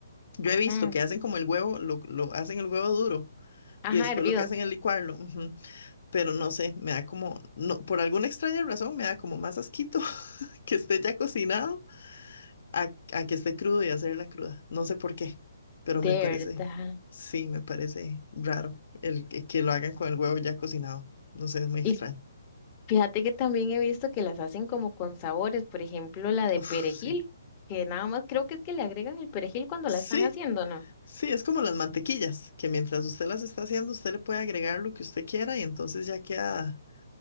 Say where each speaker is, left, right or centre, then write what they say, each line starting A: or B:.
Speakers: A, on the left (about 55°); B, on the left (about 20°).
A: Yo
B: Ajá,
A: he visto que hacen como el huevo, lo, lo hacen el huevo duro
B: ajá,
A: y después
B: hervido.
A: lo que hacen es licuarlo, ujú, Pero no sé, me da como, no, por alguna extraña razón, me da como más asquito <laughs> que esté ya cocinado a, a que esté crudo y hacerla cruda. No sé por qué, pero
B: De
A: me parece,
B: verdad.
A: sí, me parece raro el que, que lo hagan con el huevo ya cocinado. No sé, es muy extraño.
B: Y fíjate que también he visto que las hacen como con sabores, por ejemplo, la de
A: Uf,
B: perejil,
A: sí.
B: que nada más creo que es que le agregan el perejil cuando
A: Sí,
B: la están haciendo, ¿no?
A: sí, es como las mantequillas, que mientras usted las está haciendo, usted le puede agregar lo que usted quiera y entonces ya queda